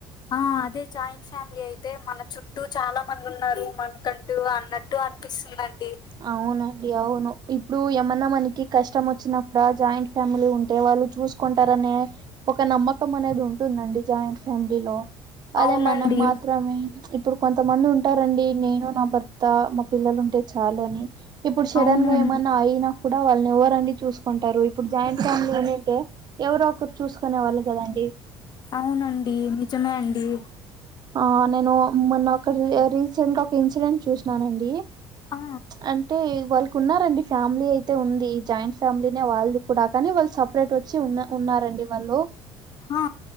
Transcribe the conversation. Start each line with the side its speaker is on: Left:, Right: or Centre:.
Left: ఆ అదే జాయింట్ ఫ్యామిలీ అయితే మన చుట్టూ చాలా మంది ఉన్నారు మనకంటు టు అన్నట్టు అనిపిస్తుందండి
Right: అవునండి అవును ఇప్పుడు, ఏమన్నా మనకి కష్టం వచ్చినప్పుడ జాయింట్ ఫ్యామిలీ ఉంటే వాళ్లు చూసుకుంటారనే ఒక నమ్మకం అనేది ఉంటుందండి జాయింట్ ఫ్యామిలీలో అదే
Left: అవునండి.
Right: మనం మాత్రమే ఇప్పుడు కొంతమంది ఉంటారండి. నేను, నా భర్త, మా పిల్లలు ఉంటే చాలు అని ఇప్పుడు సెడన్
Left: అవునండి.
Right: గా ఏమన్నా అయినా కూడా, వాళ్ళని ఎవరండి చూసుకుంటారు. ఇప్పుడు జాయింట్ ఫ్యామిలీ ఉన్నింటే, ఎవరో ఒకరు చూసుకునే వాళ్ళు గదండి.
Left: అవునండి, నిజమే అండి.
Right: ఆ నేను మొన్న ఒక రీసెంట్ గా ఒక ఇన్సిడెంట్ చూసినానండి
Left: ఆ
Right: అంటే వాళ్ళకు ఉన్నరండి ఫ్యామిలీ అయితే ఉంది జాయింట్ ఫ్యామిలీనే వాళ్ళది కూడా కానీ వాళ్ళు సపరేట్ వచ్చి ఉన్న ఉన్నారండి వాళ్ళు.
Left: ఆ